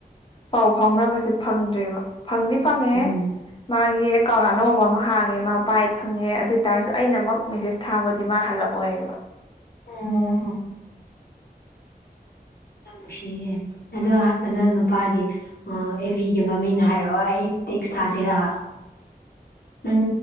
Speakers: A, on the left; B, on the left.
A: ꯄꯥꯎ ꯐꯥꯎꯅꯕꯁꯦ ꯐꯪꯗ꯭ꯔꯦꯕ ꯐꯪꯗꯤ ꯐꯪꯉꯦ
B: ꯎꯝ
A: ꯃꯥꯒꯤ ꯑꯦꯀꯥꯎꯟ ꯑꯅꯧꯕ ꯑꯃ ꯍꯥꯡꯉꯦ ꯃꯥ ꯄꯥꯏ ꯈꯪꯉꯦ ꯑꯗꯨ ꯑꯣꯏꯇꯥꯥꯔꯁꯨ ꯑꯩꯅꯃꯛ ꯃꯦꯁꯦꯁ ꯊꯥꯕꯗꯤ ꯃꯥ ꯍꯜꯂꯛꯑꯣꯏꯕ
B: ꯑꯣ ꯌꯥꯝ ꯅꯨꯡꯁꯤꯌꯦ ꯑꯗꯣ ꯀꯗꯣ ꯅꯨꯄꯥꯒꯤ ꯑꯣ ꯑꯦꯚꯤꯒꯤ ꯃꯃꯤꯡ ꯍꯥꯏꯔꯛꯑꯣ ꯑꯩ ꯇꯦꯛꯁ ꯊꯥꯖꯔꯛ ꯅꯪ